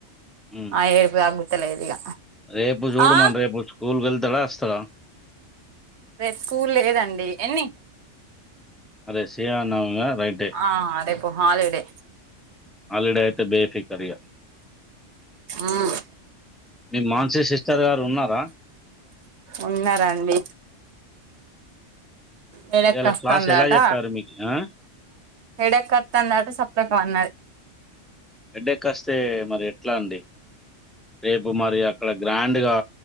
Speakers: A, in the centre; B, on the right (about 65°).
A: హ్మ్.
B: ఆ ఏడ్పు తగ్గుతలేదు ఇగ
A: రేపు చూడుమను
B: ఆ
A: రేపు స్కూల్కి వెళ్తాడా అస్తాడా
B: రేపు స్కూల్ లేదండి ఎన్ని
A: అరే సిరమా నవమి కదా రైట్
B: హా రేపు హాలిడే
A: హాలిడే అయితే బేఫికరిగ.
B: ఉమ్
A: మీ <unintelligible> ఉన్నారా?
B: ఉన్నారండి హెడేకస్తాందట
A: ఇయాల క్లాస్ ఎలా చెప్పారు మీకు? ఆ!
B: హెడేకత్తందట సప్పుడేక పన్నది
A: హెడేక్ అస్తే మరి ఎట్లా అండి రేపు మరి అక్కడ గ్రాం డగా